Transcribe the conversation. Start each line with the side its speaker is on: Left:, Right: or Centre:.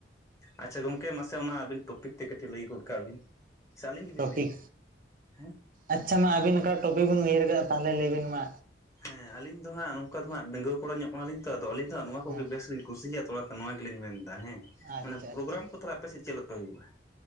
Left: ᱟᱪᱪᱷᱟ ᱜᱚᱝᱠᱮ ᱢᱟᱥᱮ ᱚᱱᱟ ᱟᱵᱤᱱ ᱴᱚᱯᱤᱠ ᱛᱮ ᱠᱟᱹᱴᱤᱡ ᱞᱟᱹᱭ ᱜᱚᱫ ᱠᱟᱜ ᱵᱤᱱ᱾ ᱥᱮ ᱟᱹᱞᱤᱧ ᱜᱮᱞᱤᱧ
Right: ᱴᱚᱯᱤᱠ
Left: ᱞᱟᱹᱭᱟ ᱦᱮᱸ
Right: ᱟᱪᱪᱷᱟ ᱢᱟ ᱟᱹᱵᱤᱱ ᱚᱠᱟ ᱴᱚᱯᱤᱠ ᱵᱤᱱ ᱩᱭᱦᱟᱹᱨ ᱠᱟᱜᱼᱟ ᱛᱟᱦᱚᱞᱮ ᱞᱟᱹᱭᱵᱤᱱ ᱢᱟ᱾
Left: ᱦᱮᱸ ᱟᱞᱤᱧ ᱫᱚ ᱦᱟᱸᱜ ᱱᱚᱝᱠᱟ ᱫᱚ ᱦᱟᱸᱜ ᱰᱺᱜᱣᱚᱲ ᱧᱚᱜ ᱠᱟᱱᱟᱞᱤᱧ ᱛᱚᱫᱚ ᱟᱞᱤᱧ ᱫᱚ ᱦᱜ ᱱᱚᱣᱟ ᱠᱚᱜᱮ
Right: ᱦᱮᱸ
Left: ᱵᱮᱥ ᱞᱤ ᱠᱩᱤᱭᱟᱜᱼᱟ, ᱛᱷᱚᱲᱟ ᱱᱚᱣᱟ ᱜᱮᱞᱤᱧ ᱢᱮᱱᱫᱟ ᱦᱮᱸ
Right: ᱟᱪᱪᱷᱟ
Left: ᱢᱟᱱᱮ ᱯᱨᱳᱜᱨᱟᱢ
Right: ᱟᱪᱪᱷᱟ
Left: ᱠᱚ ᱛᱟᱦᱚᱞᱮ ᱟᱯᱮ ᱥᱮᱫ ᱪᱮᱫ ᱞᱮᱠᱟ ᱦᱩᱭᱩᱜᱼᱟ?